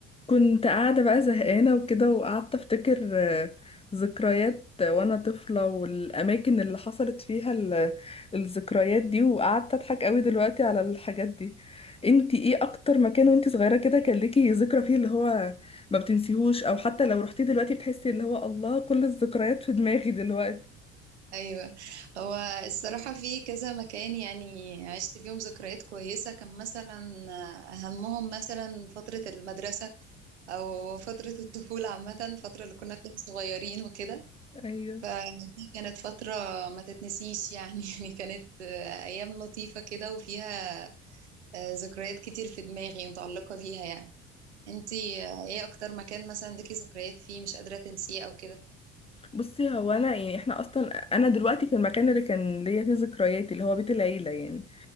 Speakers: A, on the left; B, on the right.
A: كنت قاعدة بقى زهقانة وكده وقعدت أفتكر آه، ذكريات وأنا طفلة والأماكن اللي حصلت فيها ال- الذكريات دي وقعدت أضحك قوي دلوقتي على الحاجات دي انتي ايه أكتر مكان وانتي صغيرة كده كان ليكي ذكرى فيه اللي هو ما بتنسيهوش أو حتى لو رحتي دلوقتي بتحسي اللي هو الله كل الذكريات في دماغي دلوقتي
B: ايوه هو الصراحه في كذا مكان يعني عشت فيهم ذكريات كويسه كان مثلا اهمهم مثلا فتره المدرسه او فتره الطفوله عامه الفتره اللي كنا فيها صغيرين وكده
A: ايوه
B: فدي كانت فتره ما تتنسيش يعني <laughs> يعني كانت ايام لطيفه كده وفيها ذكريات كتير في دماغي متعلقه بيها يعني انتي ايه اكتر مكان مثلا ليكي ذكريات فيه مش قادره تنسيه او كده
A: بصي هو انا يعني احنا اصلا انا دلوقتي في المكان اللي كان ليا فيه ذكرياتي اللي هو بيت العيله يعني